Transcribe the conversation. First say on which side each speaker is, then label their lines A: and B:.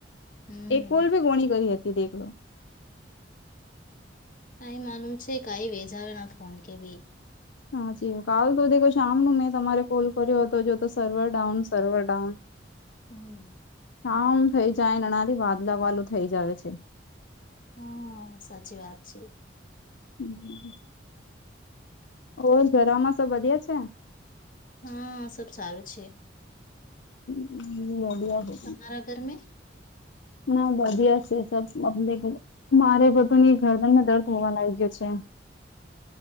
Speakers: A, on the left; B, on the left.
A: હમ
B: એક કોલ બી કોણી કરી હતી દેખલો.
A: કઈ માલુમ છે કઈ વેચાયુંના ફોન કે ભી.
B: હા જી કાલ તો દેખો શામનું મેં તમારે કોલ કર્યો હતો જો. તો સર્વર ડાઉન, સર્વર ડાઉન.
A: હમ
B: આમ થઇ જાય ના નારી વાદલા વાલું થઇ જવે છે.
A: હમ્મ, સાચી વાત છે.
B: હમ ઓર ઘરામાં સબ વધ્યા છે?
A: હમ્મ, સબ સારું છે.
B: <unintelligible>
A: તમારા ઘર મે?
B: ના વધધિયા છે સબ મગને. મારે બધું ની ઘરબર માં દર્દ હોવા લાગ્યો છે.